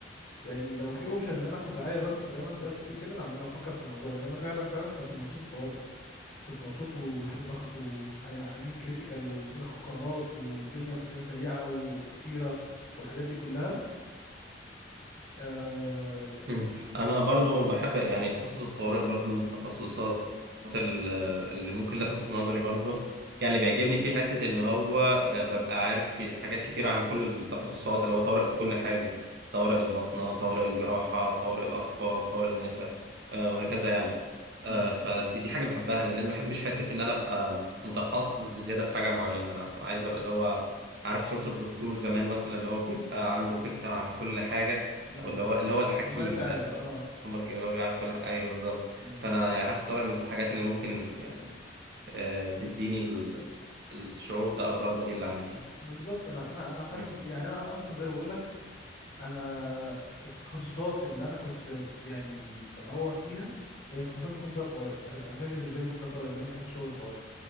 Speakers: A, on the left; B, on the right.
A: يعني لو في اوبشن ان انا اخد رعايه بس زي ما زي ما انت بتقول كده انا ممكن افكر في الموضوع لان انا فعلا فعلا كنت مبسوط في الطوارئ كنت مبسوط و- وتحت ضغط ويعني كريتيكال والمفروض اخد قرارات والدنيا محتاجه سريعه وخطيره والحاجات دي كلها آه...
B: مم. انا برضو بحب يعني تخصص الطوارئ برضو من التخصصات ال- اللي ممكن لفتت نظري برضو يعني اللي بيعجبني فيه حتة ان هو آه، ببقى عارف ك- حاجات كتير عن كل التخصصات اللي هو طوارئ كل حاجة طوارئ الباطنة طوارئ الجراحة طوارئ الاطفال طوارئ النساء آه، وهكذا يعني
A: مم.
B: آه، فدي دي حاجة بحبها لان انا ما بحبش حتة ان انا ابقى متخصص بزيادة في حاجة معينة انا عايز ابقى اللي هو عارف صورة الدكتور زمان مثلا اللي هو بيبقى عنده فكرة عن كل حاجة
A: مم.
B: او اللي هو اللي هو الحكيم
A: ممارس عام
B: ده اللي
A: اه
B: هو بيسموه الحكيم اللي هو بيعرف كل حاجه ايوه بالظبط
A: مم.
B: فانا يعني حاسس طارق من الحاجات اللي ممكن يعني آه، تديني ال- الشعور ده او الرغبه دي اللي عندي
A: بالظبط انا انا انا حاسس
B: مم.
A: ب- يعني انا انا اصلا زي ما بقول لك انا التخصصات اللي انا كنت يعني بدور فيها هي تخصصات يكون فيها طوارئ اساسي بالنسبه لي يكون فيها طوارئ لان انا بحب شغل الطوارئ